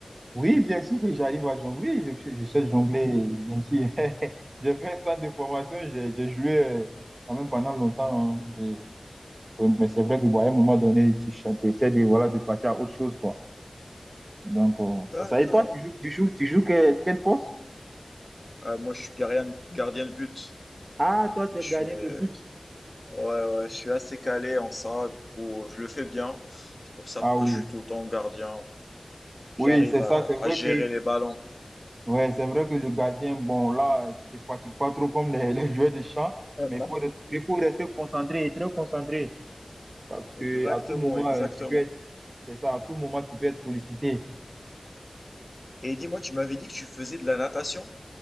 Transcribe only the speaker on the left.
D'accord.
Ah, moi, je suis gardien, gardien de but.
Je
suis,
Ouais,
ouais, je suis assez calé en ça, du coup, je le fais bien. C'est pour ça
que
je suis tout le temps gardien. J'arrive
à,
à
gérer
les ballons. <laughs>
Non.
Exactement,
exactement.
Et dis-moi, tu m'avais dit que tu faisais de la natation?